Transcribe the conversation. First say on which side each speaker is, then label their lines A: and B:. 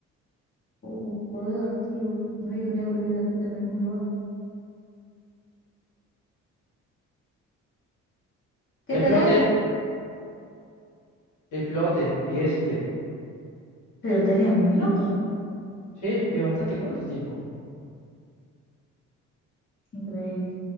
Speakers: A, on the left; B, on the left.
A: Uh, joder, tío, no hay un euro y una teta en el mismo lugar. ¿Qué
B: Explote.
A: tenés?
B: Explote. Me quedé sin tiempo.
A: Pero tenías un minuto.
B: Sí, es bastante corto el tiempo.
A: Increíble.